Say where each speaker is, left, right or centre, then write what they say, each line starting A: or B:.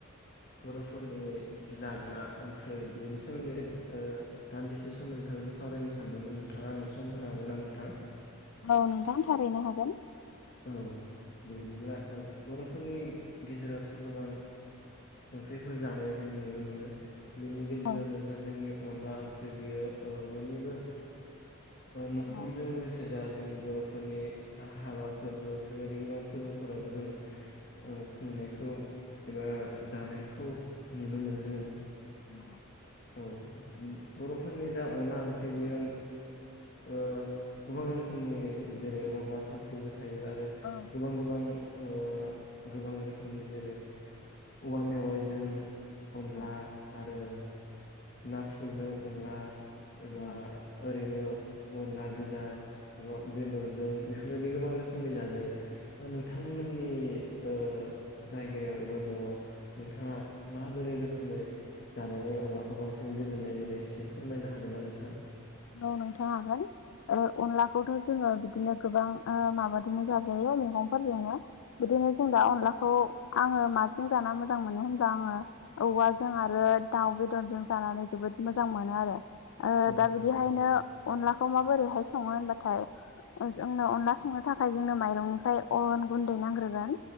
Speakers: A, on the left; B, on the left.
A: बर'फोरनि जाग्रा ओंख्रि बेनि सोमोन्दै दान्दिसे सम नोंथांजों सावरायनो सानदोंमोन नोंथाङा आंनो सम होनो हागोन ना नोंथां।
B: औ नोंथां थारैनो हागोन।
A: औ बिदिब्ला बर'फोरनि गेजेरावथ' गोबां ओंख्रिफोर जानाय जों नुनो मोनो। बिनि गेजेरावनो
B: औ
A: जा जोंनि। अनला ओंख्रि बेयो ओ बयनिबो न'खरजों
B: औ
A: लोगोसे जा जोंनि बर'फोरनि हाबा
B: औ
A: फोरबो बेफोरबायदि गोबां फोरबोफोरावबो जोङो ओ खुंनायखौ एबा जानायखौ नुनो मोनो जोङो।
B: अ
A: औ बर'फोरनि जा अनला ओंख्रि बेयो ओ गोबां रोखोमनि जेरै अनला फाख्रिबो थायो आरो
B: औ
A: गोबां गोबां ओ गोबां रोखोमनि जेरै औवा मेवाइजों अनला
B: औ
A: आरो नाथुरजों अनला एबा
B: औ
A: ओरैनो अनला गोजा एबा बेदरजों बेफोरबायदि गोबां रोखोम नि जाजायो नोंथांमोननि ओ जायगायाव एबा न'आव नोंथाङा माबोरै रोखोमै जानानै अनलाखौ बांसिन गोजोननाय मोनो एसे फोरमायनो हागोन ना नोंथां?
B: औ नोंथां हागोन। अनलाखौथ' जोङो बिदिनो गोबां आ माबादि मोजां जायो मैगंफोरजोंनो बिदिनो जों दा अनलाखौ आङो माजों जाना मोजां मोनो होनबा आङो औवाजों आरो दाउ बेदरजों जानानै जोबोद मोजां मोनो आरो ओ
A: औ
B: दा बि
A: औ
B: बिहायनो अनला खौ माबोरैहाय सङो होनबाथाय जोंनो अनला संनो थाखाय जोंनो माइरंनिफ्राय अन गुन्दै नांग्रोगोन।